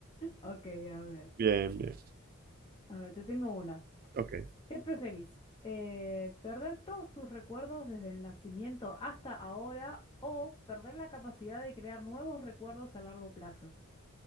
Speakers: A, on the left; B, on the right.
A: Ok, a ver.
B: Bien, bien.
A: A ver, te tengo una.
B: Ok.
A: ¿Qué preferís? Eh, ¿perder todos tus recuerdos desde el nacimiento hasta ahora o perder la capacidad de crear nuevos recuerdos a largo plazo?